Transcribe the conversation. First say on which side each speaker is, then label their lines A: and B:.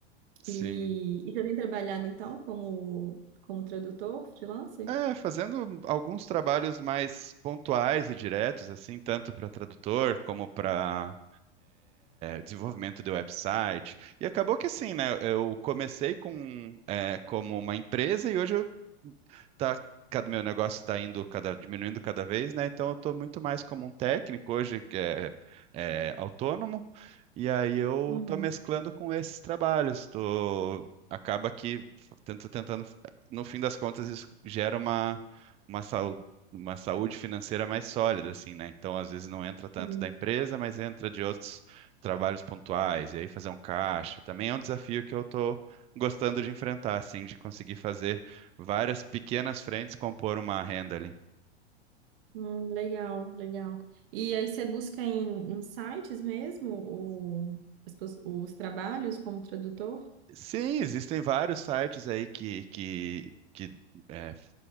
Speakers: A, on the right; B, on the right.
A: sim.
B: E, e já tem trabalhado então como como tradutor freelancer?
A: É, fazendo alguns trabalhos mais pontuais e diretos, assim, tanto para tradutor como para desenvolvimento de website. E acabou que assim, né? Eu comecei com é, como uma empresa e hoje eu tá, cada meu negócio está indo cada diminuindo cada vez, né? Então eu estou muito mais como um técnico hoje que é, é autônomo e aí eu
B: Uhum.
A: estou mesclando com esses trabalhos. Tô, acaba que tento tentando no fim das contas isso gera uma uma saúde uma saúde financeira mais sólida assim, né? Então às vezes não entra tanto
B: Sim.
A: da empresa, mas entra de outros trabalhos pontuais e aí fazer um caixa também é um desafio que eu estou gostando de enfrentar, assim, de conseguir fazer Várias pequenas frentes compor uma renda ali.
B: Hum, legal, legal. E aí você busca em, em sites mesmo o- os, pos- os trabalhos como tradutor?
A: Sim, existem vários sites aí que, que, que é,